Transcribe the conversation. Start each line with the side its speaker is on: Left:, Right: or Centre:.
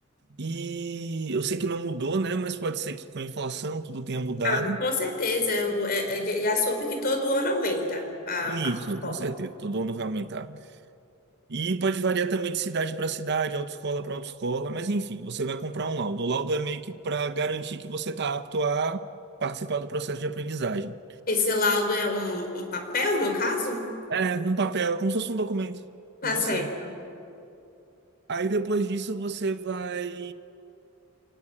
Right: e eu sei que não mudou, né? Mas pode ser que com a inflação tudo tenha mudado.
Left: Ah, com certeza, eu, é, é, já soube que todo ano aumenta a,
Right: Isso,
Left: a escola.
Right: com certeza, todo ano vai aumentar. E pode variar também de cidade para cidade, autoescola para autoescola, mas enfim, você vai comprar um laudo. O laudo é meio que para garantir que você está apto a participar do processo de aprendizagem.
Left: Esse laudo é um, um papel, no caso?
Right: É, num papel, é como se fosse um documento
Left: Tá
Right: que você.
Left: certo.
Right: Aí depois disso você vai